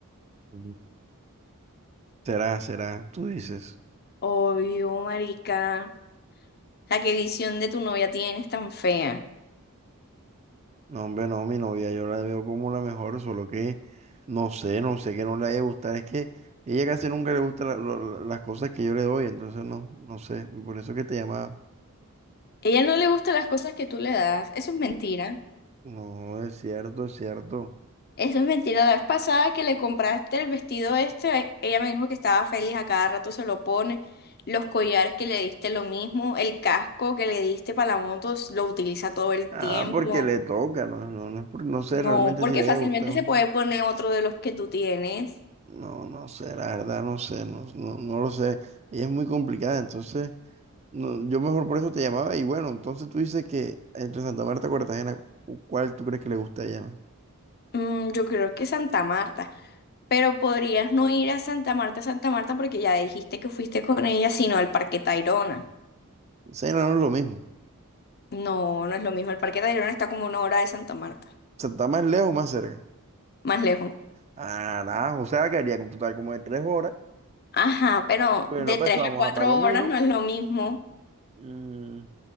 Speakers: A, on the right; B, on the left.
A: Ujú. Será, será, tú dices.
B: Obvio, marica. La que visión de tu novia tienes tan fea.
A: No, hombre, no, mi novia, yo la veo como la mejor, solo que no sé, no sé que no le haya gustado. Es que ella casi nunca le gusta la- lo- la- las cosas que yo le doy, entonces no, no sé. Por eso que te llamaba.
B: Ella no le gusta las cosas que tú le das. Eso es mentira.
A: No, es cierto, es cierto.
B: Eso es mentira. La vez pasada que le compraste el vestido este, ella me dijo que estaba feliz, a cada rato se lo pone. Los collares que le diste lo mismo, el casco que le diste para la moto lo utiliza todo el
A: Ah,
B: tiempo.
A: porque le toca, no, no, no, es por- no sé
B: No,
A: realmente
B: porque
A: si le haya
B: fácilmente
A: gustado.
B: se puede poner otro de los que tú tienes.
A: No, no sé, la verdad no sé, no, no, no lo sé. Ella es muy complicada, entonces no, yo mejor por eso te llamaba. Y bueno, entonces tú dices que entre Santa Marta y Cartagena, ¿cu- ¿cuál tú crees que le gusta a ella? más?
B: Mm, yo creo que Santa Marta. Pero podrías no ir a Santa Marta, Santa Marta, porque ya dijiste que fuiste con ella, sino al Parque Tayrona.
A: Ese no es lo mismo. O
B: No, no es lo mismo. El Parque Tayrona está como una hora de Santa Marta,
A: sea, está más lejos, más cerca.
B: más lejos.
A: Ah, o sea, que haría un total como de tres horas.
B: Ajá, pero
A: Bueno,
B: de
A: pues
B: tres
A: vamos
B: a cuatro
A: a Palomino.
B: horas no es lo mismo,
A: Mm,